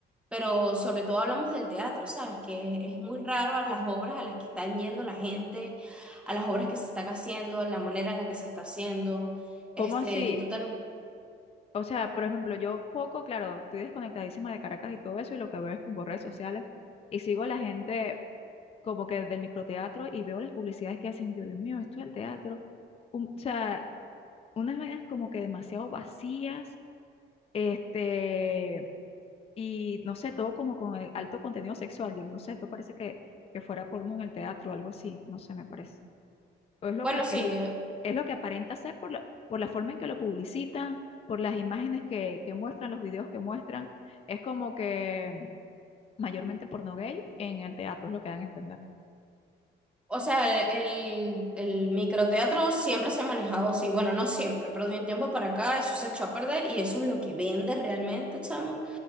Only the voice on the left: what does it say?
¿Cómo
así?
O sea, por ejemplo, yo poco, claro, estoy desconectadísima de Caracas y todo eso, y lo que veo es por redes sociales, y sigo a la gente como que del microteatro y veo las publicidades que hacen, y yo, Dios mío, esto es el teatro. Un- o sea, unas vainas como que demasiado vacías, este, y no sé, todo como con el alto contenido sexual. Yo no sé, esto parece que, que fuera porno en el teatro o algo así, no sé, me parece o es lo
que
es,
es lo que aparenta ser por la, por la forma en que lo publicitan, por las imágenes que, que muestran, los videos que muestran. Es como que mayormente porno gay en el teatro, es lo que dan a entender.